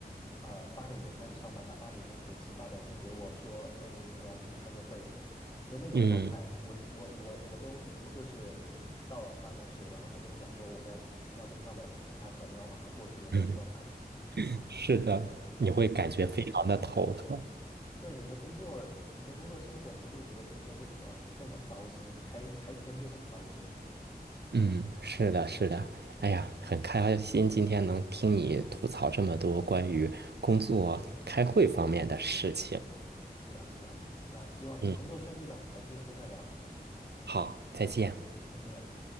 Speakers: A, on the left; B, on the right.
A: 呃，八点钟开始上班，他八点钟准时发短信给我说，哎，我要跟你开个会，就那种状态啊，
B: 嗯
A: 我我我我都已经就是到了办公室，然后他跟你讲说我在学校边上的星巴克，你要马上过去的那种状态。
B: 嗯，<laughs> 是的，你会感觉非常的头疼。
A: 对，对，你的工作，你的工作生活，你就会觉得今天就怎么这么糟心，开开篇就很糟心。
B: 嗯，是的，是的。哎呀，很开心今天能听你吐槽这么多关于工作、开会方面的事情。
A: 是啊，是啊，那希望你工作顺利吧，
B: 嗯，
A: 改天有空再聊，
B: 好，再见。
A: 再见。